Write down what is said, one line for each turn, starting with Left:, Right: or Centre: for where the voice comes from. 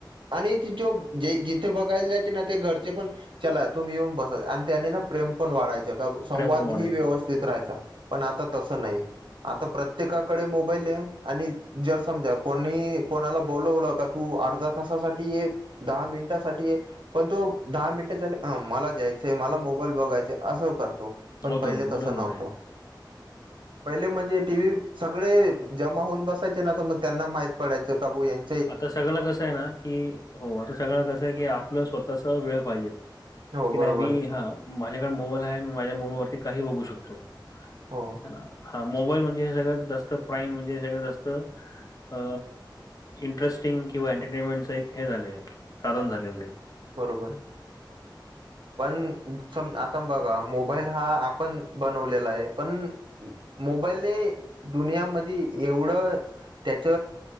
Right: आणि तीजो जे जिथे बघायला जायचे ना, ते घरचे पण चला तुम्ही येऊन बसा. आणि त्यांनी ना प्रेम पण वाढायचं. का संवाद
Left: प्रेम पण वाढायचं
Right: ही व्यवस्था तीत राहायचा. पण आता तसं नाही. आता प्रत्येकाकडे मोबाईले. आणि जर समजा कोणी, कोणाला बोलवलं का? तू अर्धा तासासाठी ये. दहा मिनिटासाठी ये. पण तो दहा मिनिट झाले. अ मला जायचे, मला मोबाईल बघायचा. असं कर तो. पण
Left: होतं,
Right: पहिलेच
Left: बरोबर
Right: तसं नव्हतं.
Left: आहे.
Right: पहिले म्हणजे टी व्ही सगळे जमा होऊन बसायचे. ना त मग त्यांना माहित पडायचं का बू यांन
Left: आता सगळ कसं आहे ना, की हो आता सगळं कसं आहे की स्वतःच वेळ पाहिजेल.
Right: हो
Left: की
Right: बरोबर
Left: नाही, मी
Right: आहे.
Left: हा माझ्याकडे मोबाईल आहे. मी माझ्या मोबाईलवररती काही बघू शकतो.
Right: हो
Left: ह, हा मोबाईल म्हणजे हे सगळंत जास्त प्राईम, म्हणजे हे जास्त. अ इंटरेस्टिंग किंवा एंटरटेनमेंटच एक हे झाले साधन झालेलं आहे.
Right: बरोबरे. पण सम आता बघा, मोबाईल हा आपण बनवलेला आहे. पण, मोबाईले दुनियामध्ये एवढं त्याच